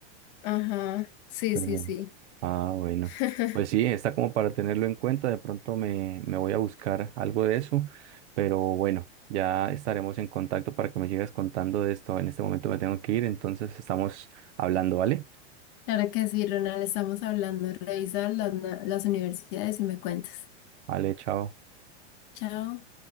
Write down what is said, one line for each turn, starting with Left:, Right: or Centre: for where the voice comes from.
Left: Ajá, sí,
Right: Pero-
Left: sí, sí.
Right: Ah, bueno.
Left: <laughs>
Right: Pues sí, está como para tenerlo en cuenta. De pronto me, me voy a buscar algo de eso. Pero bueno, ya estaremos en contacto para que me sigas contando de esto. En este momento me tengo que ir, entonces estamos hablando, ¿vale?
Left: Claro que sí, Ronald, estamos hablando. Revisa las, na- las universidades y me cuentas.
Right: Vale, chao.
Left: Chao.